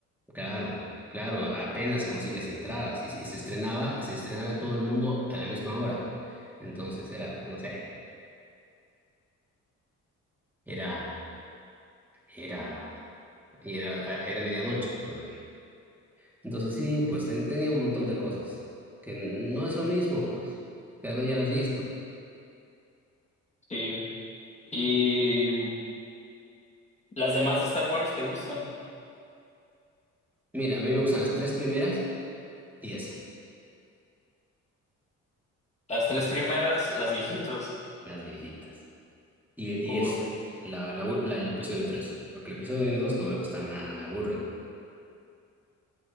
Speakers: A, in the centre; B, on the left.
A: Claro, claro, apenas consigues entradas y, y se estrenaba, se estrenaba en todo el mundo a la misma hora. Entonces era, pues no sé, era, era, y era, ah, era medianoche todavía. Entonces sí, pues ten- tenía un montón de cosas que no es lo mismo, pues, que además ya las has visto.
B: Sí. Y ¿Las demás de Star Wars te gustan?
A: Mira, a mí me gustan las tres primeras y esa,
B: Las tres primeras, las viejitas.
A: las viejitas. Y,
B: O-
A: y esa, la, la, ul- la- el episodio 3, porque el episodio 1 y 2 no me gustan nada, me aburren.